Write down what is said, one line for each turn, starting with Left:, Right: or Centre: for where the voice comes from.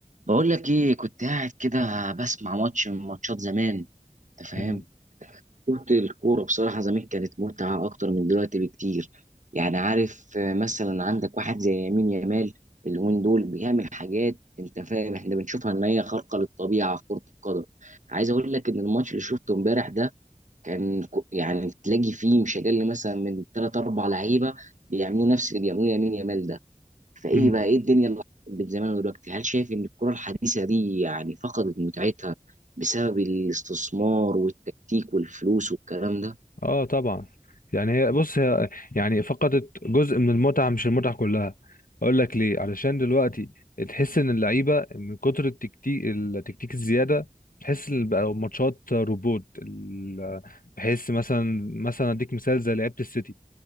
Right: بقول لك ايه كنت قاعد كده بسمع ماتش من ماتشات زمان انت فاهم
Left: مم.
Right: كنت الكوره بصراحه زمان كانت متعه اكتر من دلوقتي بكتير يعني عارف آه، مثلا عندك واحد زي يمين يامال اليومين دول بيعمل حاجات انت فاهم احنا بنشوفها ان هي خارقه للطبيعه في كره القدم عايز اقول لك ان الماتش اللي شفته امبارح ده كان كو- يعني تلاقي فيه مش اقل مثلا من ثلاث اربع لعيبه بيعملوا نفس اللي بيعملوه يمين يامال ده فايه
Left: مم.
Right: بقى ايه الدنيا اللي حصلت زمان ودلوقتي هل شايف ان الكرة الحديثة دي يعني فقدت متعتها بسبب الاستثمار والتكتيك والفلوس والكلام ده
Left: اه طبعا يعني هي بص هي يعني فقدت جزء من المتعه مش المتعه كلها اقول لك ليه علشان دلوقتي تحس ان اللعيبه من كتر التكتيك التكتيك الزياده تحس ان بقى ماتشات روبوت ال- بحس مثلا مثلا اديك مثال زي لعيبه السيتي